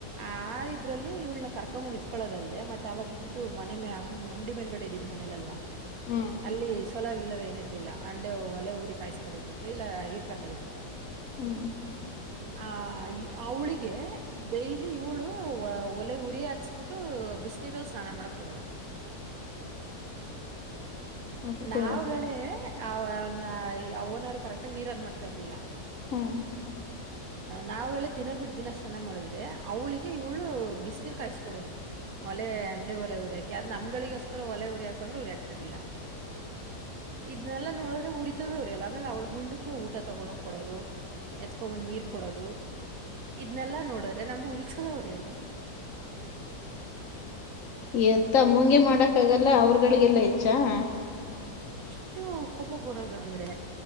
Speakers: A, on the right; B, on the left.
A: ಆ ಇದ್ರಲ್ಲಿ ಇಳನ ಕರ್ಕೊ ಮುಂದ್ ಇಟ್ಕೊಳ್ಳೋದ ಅಲ್ಲದೆ ಮತ್ತೆ ಅವಾಗ ಇದಿದ್ದು ಮನೆ ಮಂಗ್ ಅಂಗಡಿ ಮೇಲ್ಗಡೆ ಇದಿದ್ ಮನೇಲಲ್ವಾ
B: ಹ್ಮ್
A: ಅಲ್ಲಿ ಸೋಲಾರ್ ಗಿಿಲ್ಲರ್ ಏನಿರ್ಲಿಲ್ಲ ಅಂಡೆ ಒಲೆ ಊರಿ ಕಾಯಸ್ಕೋಬೇಕಿತ್ತು ಇಲ್ಲ ಈಟ್ರ್ ಹಕಬೇಕಿತ್ತು
B: ಹ್ಮ್
A: ಆ ಅವಳಿಗೆ ಗೆ ಡೈಲಿ ಇವಳು ಒಲೆ ಉರಿ ಹಾಕ್ಸ್ಬಿಟ್ಟು ಬಿಸಿನೀರಲ್ಲಿ ಸ್ನಾನ ಮಾಡಕ್ ಕೊಡವಳು
B: ಹ್ಮ್
A: ನಾವು್ಗಳೇ ಆ ಆ ಓನರ್ ಕರೆಕ್ಟಗ ನೀರ್ನ್ ಮಾಡ್ತಾ ಇರ್ಲಿಲ್ಲ
B: ಹ್ಮ
A: ನಾವ್ ಹೇಳೆ ದಿನ ಬಿಡ್ ದಿನ ಸ್ನ ಮಾಡಿದ್ರೆ ಅವ್ಳಿಗೆ ಇವ್ಳು ಬಿಸಿನೀರ್ ಕಾಯಸ್ಕ ಕೊಡೋದು ಒಲೆ ಅಂಡೆ ಒರೆ ಉರಿಯಾಕಿ ಅದ್ ನಮ್ಗಳಿಗೋಸ್ಕರ ಒಲೆ ಉರಿ ಹಾಕ ಅ್ರೆ ಉರಿಯಾಕ್ತಿರ್ಲಿಲ್ಲ ಇದ್ನೆಲ್ಲ ನೋಡಿದ್ರೆ ಉರಿತದವ್ರ ಅಲ್ಲ ಆಮೇಲೆ ಅವ್ಳ ಮುಂದಕ್ಕೆ ಊಟ ತಗೋ ಕೊಡೋದು ಎತ್ಕೊಬಂದ್ ನೀರ್ ಕೊಡೋದು ಇದ್ನೆಲ್ಲಾ ನೋಡಿದ್ರೆ ನಮ್ ಉುರಿತದ ಉರಿಯಲವ
B: ಎತ್ತ ಮುಂಂಗಗೆ ಮಾಡಕ ಆಗಲ್ಲ ಅವ್ರಗಳಿಗೆಲ್ಲ ಎತ್ತು ಅ ಚಾ
A: ಅಷ್ಟು ಕೊಪ ಬರೋದ ಅಂದ್ರೆ